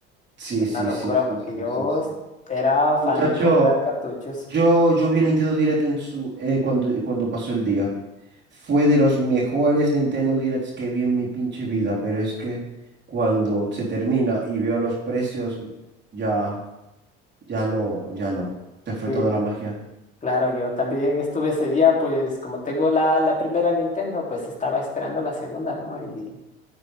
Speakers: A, on the right; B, on the left.
A: Sí,
B: es
A: sí,
B: una locura
A: sí, sí,
B: porque
A: sí,
B: yo
A: sí, sí.
B: era fan
A: Muchacho,
B: de comprar cartuchos.
A: yo, yo vi el Nintendo Direct en su, eh, cuando, cuando pasó el día. Fue de los mejores Nintendo Directs que vi en mi pinche vida, pero es que cuando se termina y veo los precios, ya, ya no, ya no. Se fue
B: Sí,
A: toda la magia.
B: Claro, yo también estuve ese día, pues como tengo la, la primera Nintendo, pues estaba esperando la segunda, ¿no? Y,